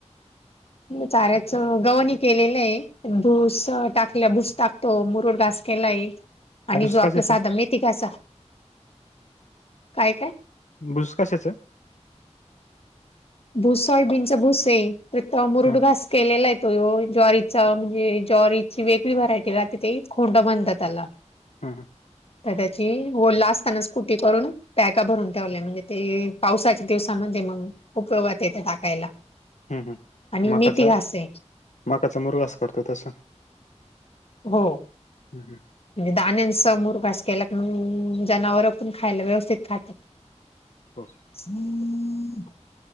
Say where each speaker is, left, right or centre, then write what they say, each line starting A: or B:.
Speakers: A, on the left; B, on the left.
A: चाऱ्याच गवनी केलेलं आहे भूस टाकल्या भूस टाक तो मुरुडास केलाय आणि
B: भुस
A: जो आपलं
B: कशाचा
A: साध मेथी घा अस काय काय
B: बुस कशाचं
A: भूस व्हय सोयाबीनच भूस आहे तर त मुरुड
B: ह
A: घास केलेला आहे तो ज्वारीत म्हणजे जॉरीची वेगळी व्हरायटी राहते ते खोंड बनतात त्याला
B: हा हा
A: तर त्याची ओोलला असताना स्कुटी करून पॅका भरून ठेवल्या म्हणजे ते पावसाच्या दिवसामध्ये मग उपयोगात येते टाकायला
B: हम् हम्
A: आणि मेथी
B: माकाचा
A: घास आहे
B: माकाचा मुर्गस करतो तस
A: हो
B: हं हं
A: म्हणजे दाण्याचा मुरगास केला पण जनावर पण खायला व्यवस्थित खातात <unintelligible>
B: हो
A: हम